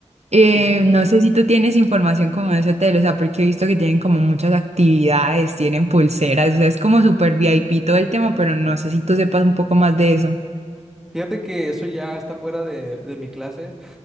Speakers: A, on the right (about 60°); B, in the centre.
A: Eh,
B: sí, sí.
A: no sé si tú tienes información como de ese hotel, o sea, porque he visto que tienen como muchas actividades, tienen pulseras, o sea, es como súper VIP todo el tema, pero no sé si tú sepas un poco más de eso.
B: Fíjate que eso ya está fuera de, de mi clase.